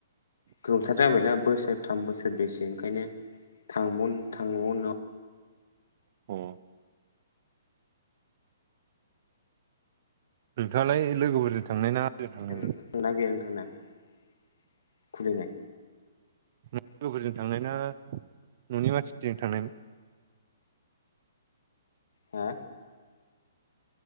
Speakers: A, on the left; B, on the right.
A: गोबावथार जाबाय दा बोसोरथाम बोसोर बेसे ओंखायनो थांबनाव
B: औ नोंथाङालाय लोगोफोरजों थांनाय ना आंजों
A: <inaudible>
B: थांनाय
A: खलिनाय
B: न लोगोफोरजों थांनाय ना न'नि मानसिजों थांनाय
A: हा